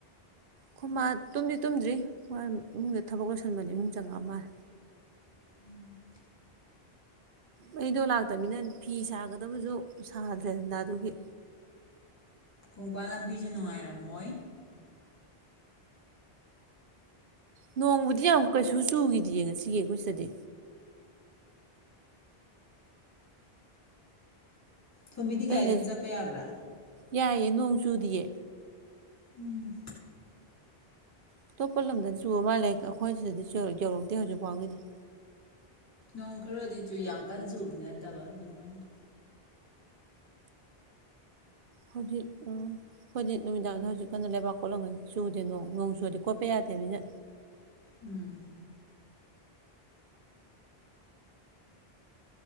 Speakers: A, on the right (about 60°); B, on the left (about 15°).
A: ꯈꯣꯏ ꯃꯥ ꯇꯨꯝꯗꯤ ꯇꯨꯝꯗ꯭ꯔꯤ ꯃꯥ ꯏꯃꯨꯡꯗ ꯊꯕꯛ ꯂꯣꯏꯁꯤꯟꯕꯅꯤ ꯏꯃꯨꯡ ꯆꯪꯉꯛꯑ ꯃꯥꯜꯂꯦ
B: ꯎꯝ
A: ꯃꯩꯗꯣ ꯂꯥꯛꯇ꯭ꯔꯙꯕꯅꯤꯅ ꯐꯤ ꯁꯥꯒꯗꯕꯁꯨ ꯁꯥꯗ꯭ꯔꯦꯗꯅ ꯑꯗꯨꯒꯤ
B: ꯀꯣꯡꯄꯥꯥꯟ ꯂꯝꯕꯤꯁꯨ ꯅꯨꯡꯉꯥꯏꯔꯝꯃꯣꯏ
A: ꯅꯣꯡꯕꯨꯗꯤ ꯌꯥꯝ ꯀꯩꯁꯨ ꯆꯨꯈꯤꯗ ꯌꯦ ꯉꯁꯤꯒꯤ ꯑꯩꯈꯣꯏ ꯁꯤꯗꯗꯤ
B: ꯊꯣꯝꯕꯤꯗꯤ
A: ꯑꯇꯩꯗ
B: ꯒꯥꯔꯤ ꯑꯗꯨꯝ ꯆꯠꯄ ꯌꯥꯕ꯭ꯔꯥ
A: ꯌꯥꯏꯌꯦ ꯅꯣꯡ ꯆꯨꯗꯤꯌꯦ
B: ꯎꯝ
A: ꯑꯇꯣꯞꯄ ꯂꯝꯗꯗꯤ ꯆꯨꯕ ꯃꯥꯜꯂꯦ ꯑꯩꯈꯣꯏ ꯁꯤꯗꯗꯤ ꯌꯧꯔꯛꯇꯦ ꯍꯧꯖꯤꯛ ꯐꯥꯎꯒꯤꯗꯤ
B: ꯅꯣꯡ ꯈꯔꯗꯤ ꯆꯨ ꯌꯥꯝ ꯀꯟ ꯆꯨꯕꯗꯤ ꯅꯠꯇꯕ ꯑꯗꯨꯃꯥꯏꯅ
A: ꯍꯧꯖꯤꯛ ꯑꯩꯈꯣꯏꯗꯤ ꯅꯨꯃꯤꯗꯥꯡꯗ ꯍꯧꯖꯤꯛ ꯀꯥꯟꯩꯅ ꯂꯩꯕꯥꯛ ꯀꯣꯠꯂꯝꯒꯩ ꯆꯨꯗꯦ ꯅꯣꯡ ꯅꯣꯡ ꯆꯨꯗꯦ ꯀꯣꯠꯄ ꯌꯥꯗꯦꯅꯤꯅ
B: ꯎꯝ